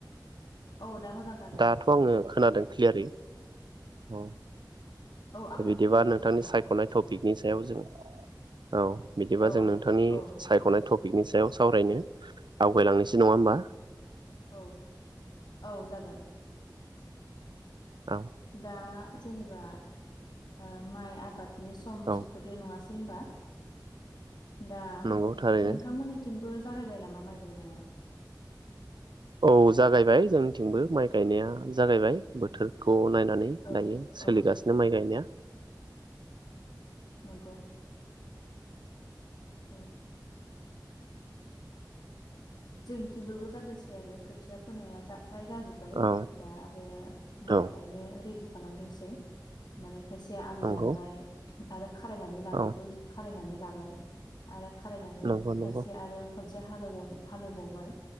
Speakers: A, on the left (about 60°); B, on the right (about 80°).
A: औ दा मोजां खोनादों
B: दाथ' आङो खोनादों क्लियारि। औ।
A: औ आंबो
B: बिदिबा
A: क्लियारै
B: नोंथांनि
A: खोनाबाय
B: सायख'नाय
A: दा
B: टपिकनि सायाव जों औ बिदिबा
A: औ
B: जों नोंथांनि
A: औ
B: सायख'नाय
A: औ
B: टपिकनि सायाव सावरायनो आवगायलांनोसै नङा होमबा।
A: औ औ जागोन।
B: औ
A: दा जेनेबा ओ माइ आबाद नि सम
B: औ
A: सफैदो नङा सै होमबा। दा नोंथांमोननिथिंबो
B: नंगौ थारैनो
A: जागायबाय नामा माइ गायनाया?
B: औ जागायबाय जोंनिथिंबो माइ गायनाया जागायबाय बोथोरखौ नाय नानै
A: औ
B: दायो सोलिगासिनो
A: औ
B: माइ गायनाया।
A: नोंगौ। औ। जोंनिथिंबोबो जादोंसै आरो खो थिया फोनाया जा फ्राय जाजोब्बाय
B: औ
A: दा आरो माइ
B: औ
A: गायनो रेडि खालामदोंसै माने खायसे आलि
B: नंगौ
A: दानबाय आरो खारायनानै लानायखौ
B: औ
A: खारायनानै लाबाय आरो खालायनानै
B: नंगौ
A: खायसे
B: नंगौ
A: आरोब खनसे हाल एवबावनो हालौबावबाय